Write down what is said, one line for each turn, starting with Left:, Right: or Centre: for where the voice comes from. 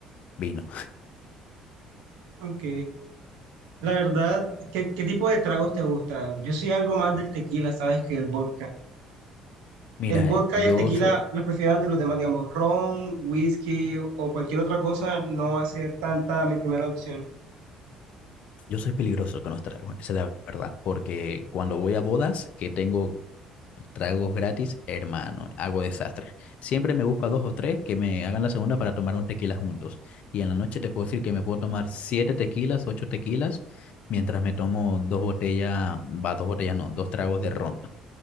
Left: vino.
Right: Ok. La verdad, ¿qué, qué tipo de tragos te gusta? Yo soy algo más del tequila, ¿sabes? Que el vodka.
Left: Mira,
Right: El vodka
Left: eh, yo,
Right: y el tequila
Left: so-
Right: los prefiero ante los demás, digamos, ron, whisky o, o cualquier otra cosa, no va a ser tanta mi primera opción.
Left: yo soy peligroso con los tragos, esa es la verdad, porque cuando voy a bodas, que tengo Tragos gratis, hermano, hago desastre. Siempre me busco a dos o tres que me hagan la segunda para tomar un tequila juntos. Y en la noche te puedo decir que me puedo tomar siete tequilas, ocho tequilas, mientras me tomo dos botellas, va, dos botellas no, dos tragos de ron.